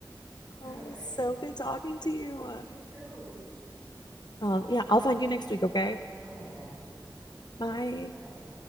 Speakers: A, in the centre; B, on the left (about 65°).
A: <laughs>
B: Oh,
A: All
B: it was
A: right.
B: so good talking to you.
A: You too. Bye.
B: Um, yeah, I'll find you next week, okay?
A: Okay, got you.
B: Bye.
A: Bye.